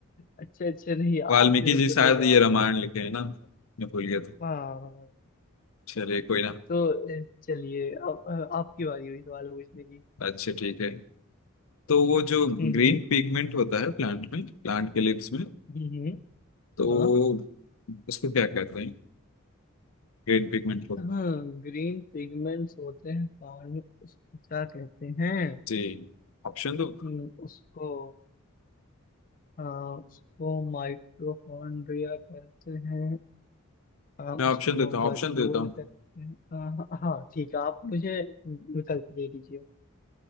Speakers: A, on the left; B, on the left.
A: अच्छे अच्छे नहीं
B: वाल्मीकि
A: आपने बिल्कुल
B: जी शायद
A: सही जवाब
B: ये रामायण
A: दिया
B: लिखे हैं ना मैं भूल गया था
A: हाँ
B: चलिए कोई ना
A: तो अ, चलिए अब अ, आपकी बारी हुई सवाल पूछने की
B: अच्छा ठीक है तो वो जो
A: हम्म
B: ग्रीन
A: हम्म
B: पिगमेंट होता है प्लांट में प्लांट के लिप्स में
A: हम्म, हम्म,
B: तो
A: हाँ
B: उसको क्या कहते हैं ग्रीन पिगमेंट को
A: हाँ ग्रीन पिगमेंट्स होते हैं पानी में, उसको क्या कहते हैं
B: जी ऑप्शन दो
A: हम्म, उसको हाँ उसको माइटोकॉन्ड्रिया कहते हैं आ,
B: मैं ऑप्शन
A: उसको
B: देता हूँ
A: वर्क्यूल
B: ऑप्शन देता हूँ
A: कहते हैं आ, हाँ ठीक है आप मुझे विकल्प दे दीजिए